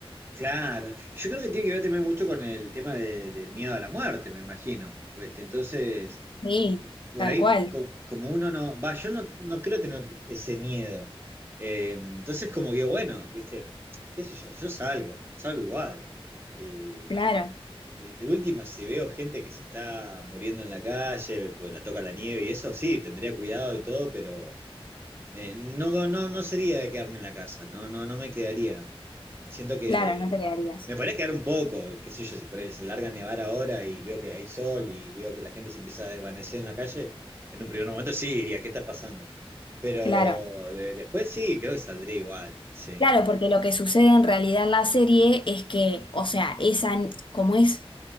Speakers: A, on the right (about 25°); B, on the left (about 55°).
A: Claro, yo creo que tiene que ver también mucho con el tema de- del miedo a la muerte, me imagino. Pues, este, entonces,
B: Sí,
A: por
B: tal
A: ahí
B: cual,
A: co- como uno no, va, yo no, no creo tener ese miedo. Eh, entonces como digo, bueno, viste, no, qué sé yo, yo salgo, salgo igual. Y
B: claro,
A: de, de última, si veo gente que se está muriendo en la calle, pues la toca la nieve y eso, sí, tendría cuidado y todo, pero... Eh, no, no, no sería de quedarme en la casa, no, no, no me quedaría. Siento que
B: claro, no te quedarías,
A: me podría quedar un poco, qué sé yo, si por ahí se larga a nevar ahora y veo que hay sol y veo que la gente se empieza a desvanecer en la calle, en un primer momento sí diría, ¿qué está pasando? Pero
B: claro,
A: de- después sí, creo que saldría igual, sí.
B: claro, porque lo que sucede en realidad en la serie es que, o sea, esa, como es